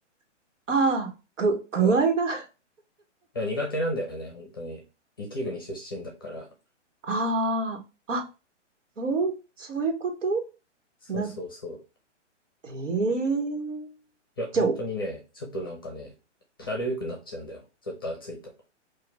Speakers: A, on the right; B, on the left.
A: <laughs> ああ、ぐ、具合が
B: そう。いや、苦手なんだよね、本当に。雪国出身だから。
A: ああ、あ、そう、そういうこと
B: そうそうそう。
A: なって、えー、
B: いや、本当にね、
A: じゃあ、
B: ちょっとなんかね、だるーくなっちゃうんだよ。ちょっと暑いと。